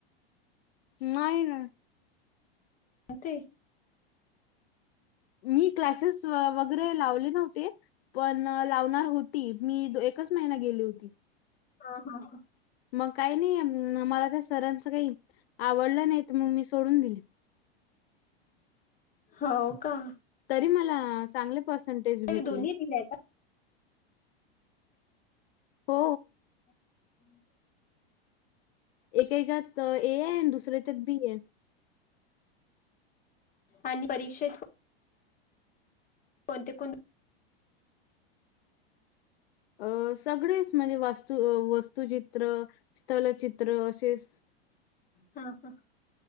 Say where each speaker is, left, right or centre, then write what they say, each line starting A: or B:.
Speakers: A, on the left; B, on the left.
A: नाय नं.
B: ते
A: मी क्लासेस वगैरे लावले नव्हते. पण लावणार होती. मी एकच महिना गेली होती.
B: हा हा हा.
A: मग काही नाही मला त्या सरांच काही आवडलं नाही तर मग मी सोडून दिले
B: हो का
A: तरी मला चांगले पर्सेंटेज भेटले
B: दोन्ही दिल्या का?
A: हो
B: हम्म
A: एकेकात ए आहे दुसऱ्याच्यात बी आहे
B: आणि परीक्षेत कोणते कोण
A: अ सगळेच म्हणजे वास्तू वस्त वस्तुचित्र स्थलचित्र असेच
B: हा ह